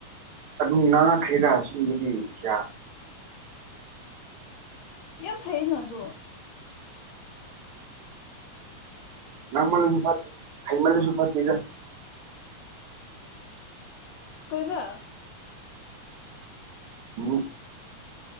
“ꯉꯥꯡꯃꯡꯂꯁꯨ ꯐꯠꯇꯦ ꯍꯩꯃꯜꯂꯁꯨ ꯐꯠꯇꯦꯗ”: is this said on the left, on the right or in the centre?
Right